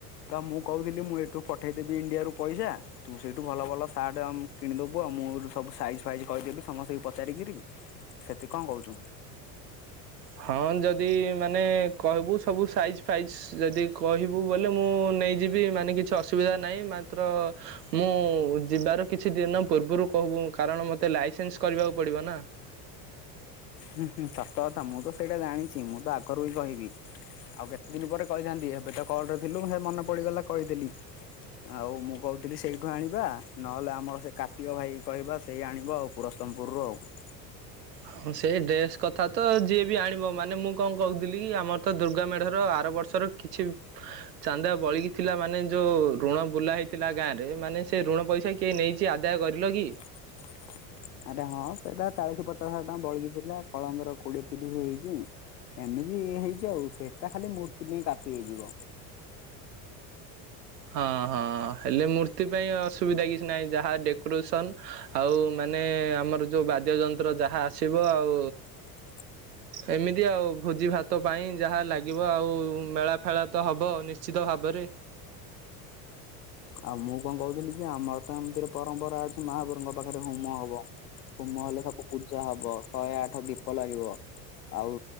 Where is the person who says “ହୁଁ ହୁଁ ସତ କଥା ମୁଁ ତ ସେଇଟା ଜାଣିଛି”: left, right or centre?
Left